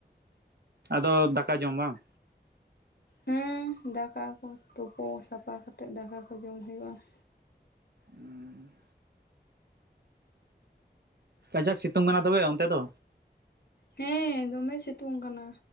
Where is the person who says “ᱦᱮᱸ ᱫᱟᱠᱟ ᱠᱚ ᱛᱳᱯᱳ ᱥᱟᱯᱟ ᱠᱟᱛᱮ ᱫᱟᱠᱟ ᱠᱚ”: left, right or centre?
Left